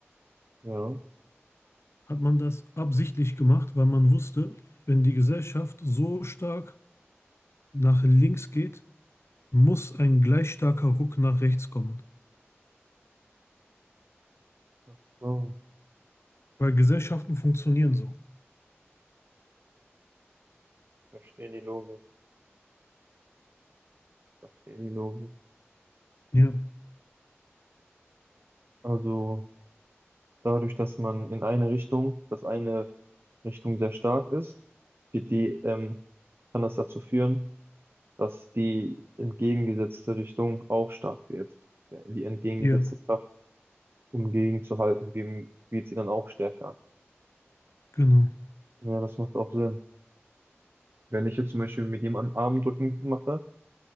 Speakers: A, on the right; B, on the left.
A: Ja.
B: hat man das absichtlich gemacht, weil man wusste, wenn die Gesellschaft so stark nach links geht, muss ein gleich starker Ruck nach rechts kommen.
A: Ach so,
B: Weil Gesellschaften funktionieren so.
A: ich verstehe die Logik. Ich verstehe die Logik.
B: Ja,
A: Also dadurch, dass man in eine Richtung, dass eine Richtung sehr stark ist, wird die, ähm, kann das dazu führen, dass die entgegengesetzte Richtung auch stark wird. Ja, die entgegengesetzte
B: ja,
A: Kraft, um gegenzuhalten, gegen- wird sie dann auch stärker.
B: genau.
A: Ja, das macht auch Sinn. Wenn ich jetzt zum Beispiel mit jemandem Armdrücken mache